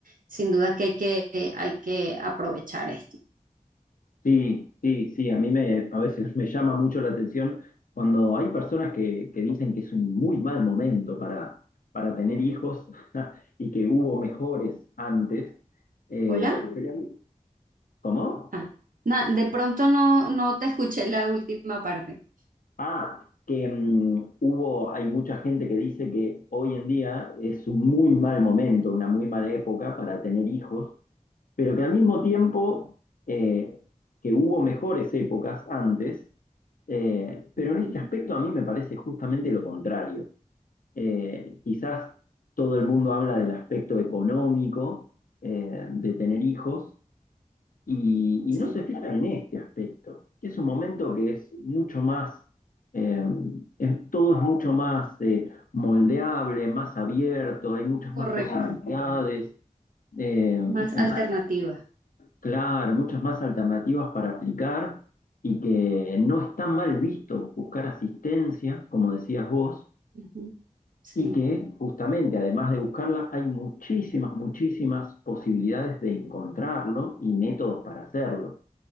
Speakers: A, on the right; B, on the left.
A: sin duda que hay que, eh, hay que aprovechar esto.
B: Sí, sí, sí, a mí me, a veces me llama mucho la atención cuando hay personas que, que dicen que es un muy mal momento para, para tener hijos <laughs> y que hubo mejores antes. eh,
A: ¿Hola?
B: pero ¿Cómo?
A: Ah, na- de pronto no, no te escuché la última parte.
B: Ah, que mm, hubo, hay mucha gente que dice que hoy en día es un muy mal momento, una muy mala época para tener hijos, pero que al mismo tiempo eh, que hubo mejores épocas antes, eh, pero
A: Ujú,
B: en este aspecto a mí me parece justamente lo contrario. Eh, quizás todo el mundo habla del aspecto económico eh, de tener hijos y, y
A: Sí,
B: no se fijan en este aspecto, que es un momento que es mucho más, eh, es- todo es mucho más eh, moldeable, más abierto, hay muchas
A: correcto.
B: más posibilidades, eh,
A: Más
B: entonces,
A: alternativas.
B: claro, muchas más alternativas para aplicar y que no está mal visto buscar asistencia, como decías vos,
A: Ujú, Sí,
B: y que justamente, además de buscarla, hay muchísimas, muchísimas posibilidades de encontrarlo y métodos para hacerlo.